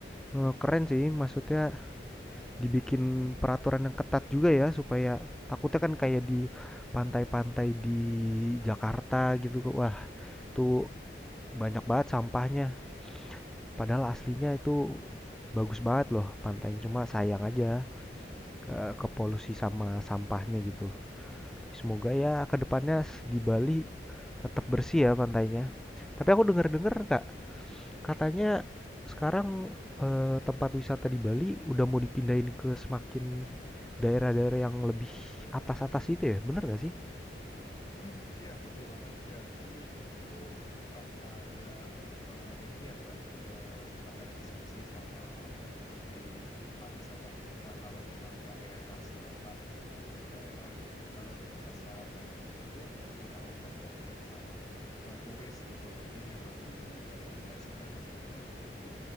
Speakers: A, in the centre; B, on the left (about 20°).
A: eh, keren sih maksudnya dibikin peraturan yang ketat juga ya supaya takutnya kan kayak di pantai-pantai di Jakarta gitu Kak. Wah, itu banyak banget sampahnya. Padahal aslinya itu bagus banget loh pantainya cuma sayang aja. ke, ke polusi sama sampahnya gitu. Semoga ya kedepannya di Bali tetap bersih ya pantainya. Tapi aku dengar-dengar kak, katanya sekarang eh, tempat wisata di Bali udah mau dipindahin ke semakin daerah-daerah yang lebih atas-atas itu ya, bener gak sih?
B: Hmm, iya, betul banget. Jadi itu sempat ada eh, ini ya, Mbak, eh, sempat ada diskusi sama Menteri Pariwisata juga kalau memang daerah selatan itu daerah Kuta, Denpasar, Badung itu udah overpopulate sama eh, turis gitu. Jadi memang direkomendasikan untuk ngembangin di